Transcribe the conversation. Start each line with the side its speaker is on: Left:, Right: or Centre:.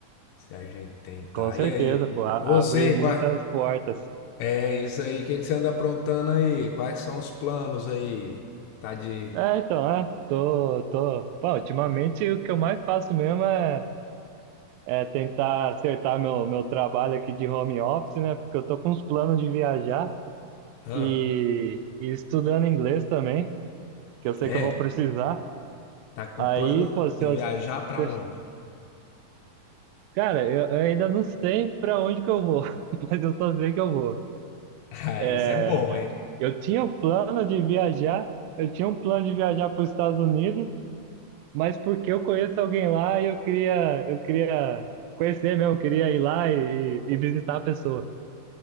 Left: Se a gente tentar.
Right: Com certeza,
Left: E aí,
Right: pô, a-
Left: você,
Right: abre muitas
Left: quais...
Right: portas.
Left: É isso aí, o que que você anda aprontando aí? Quais são os planos aí? Tá de...
Right: É, então, é. Tô, tô. Pô, ultimamente o que eu mais faço mesmo é. é tentar acertar meu, meu trabalho aqui de home office, né? Porque eu tô com uns planos de viajar
Left: Hã?
Right: e, e estudando inglês também, que eu sei
Left: É?
Right: que eu vou precisar.
Left: Tá com
Right: Aí,
Left: plano
Right: pô, se
Left: de
Right: eu,
Left: viajar
Right: se
Left: pra
Right: eu-
Left: onde? <laughs>
Right: cara, eu, eu ainda não sei pra onde que eu vou, <laughs> mas eu só sei que eu vou.
Left: Ah,
Right: É,
Left: isso é bom, hein?
Right: eu tinha o plano de viajar, eu tinha um plano de viajar para os Estados Unidos, mas porque eu conheço alguém lá e eu queria, eu queria conhecer mesmo, eu queria ir lá e, e e visitar a pessoa.